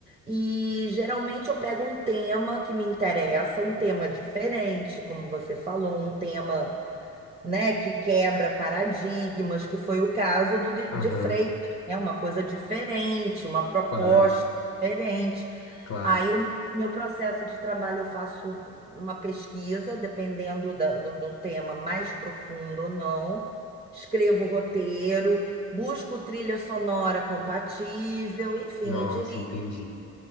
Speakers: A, on the right (about 20°); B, on the left (about 70°).
A: e geralmente eu pego um tema que me interessa, um tema diferente, como você falou, um tema né, que quebra paradigmas, que foi o caso do de
B: Aham.
A: de Freitas, é uma coisa diferente, uma proposta
B: Claro,
A: diferente.
B: claro.
A: Aí o meu processo de trabalho eu faço uma pesquisa, dependendo da- do, do tema mais profundo ou não. Escrevo o roteiro, busco trilha sonora compatível, enfim,
B: Nossa,
A: e dirijo.
B: entendi.